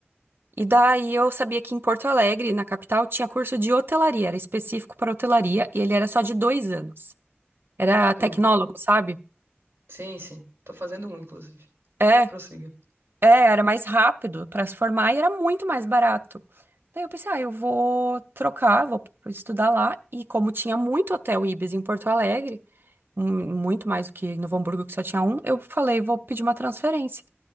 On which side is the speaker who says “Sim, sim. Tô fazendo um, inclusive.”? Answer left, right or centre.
Right